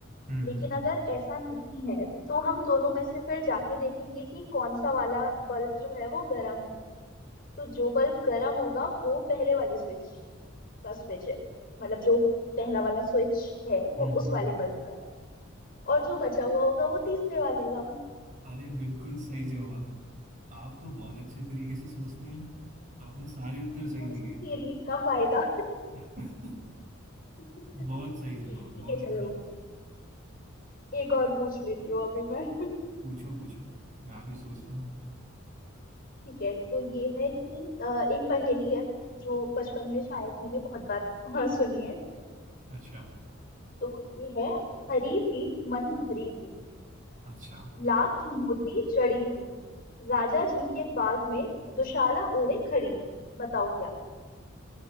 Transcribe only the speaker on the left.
लेकिन
अगर ऐसा नहीं है तो हम दोनों में से फिर जाके देखेंगे कि कौन सा वाला बल्ब जो है वो गर्म है तो जो बल्ब गर्म होगा वो पहले वाले स्विच का स्विच है मतलब जो पहला वाला स्विच है वो
उस
वाले बल्ब का है और जो बचा हुआ होगा वो तीसरे वाले का
थोड़ी सी
थ्योरी का फायदा
<laughs>
ठीक
है चलो
एक और पूछ लेती हूँ अभी मैं <laughs>
ठीक है तो ये है कि अ, एक पहेली है जो बचपन में शायद मैंने बहुत बार <laughs> सुनी है
तो ये है हरी थी मन भरी थी
लाख मोती जड़ी थी राजा जी के बाग में दुशाला ओढ़े खड़ी बताओ क्या